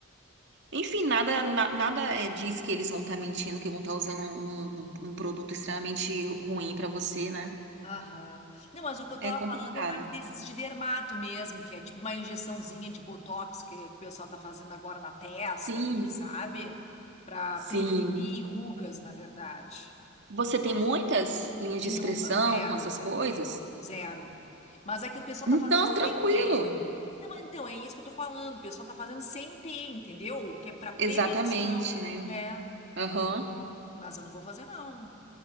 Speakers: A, on the right; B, on the left.
A: enfim, nada, na- nada é, diz que eles vão estar mentindo, que vão estar usando um, um um produto extremamente ruim pra você, né?
B: Aham. Não, mas o que eu tava
A: É complicado.
B: falando é mais desses de dermato mesmo, que é tipo uma injeçãozinha de botox que, que o pessoal tá fazendo agora na testa
A: Sim.
B: ali, sabe? Pra
A: Sim.
B: prevenir rugas, na verdade.
A: Você tem muitas linhas
B: Nenhuma,
A: de expressão,
B: zero.
A: essas coisas?
B: Zero. Mas é que o pessoal
A: Então,
B: tá fazendo
A: tranquilo.
B: sem ter. Não, mas então, é isso que eu tô falando. O pessoal tá fazendo sem ter, entendeu? Que é pra prevenção,
A: Exatamente, né?
B: né?
A: Aham.
B: Mas eu não vou fazer, não.